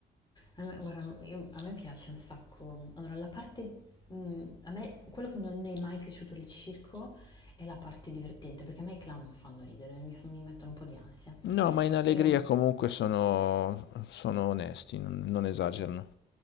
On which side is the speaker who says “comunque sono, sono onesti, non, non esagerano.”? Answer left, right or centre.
Left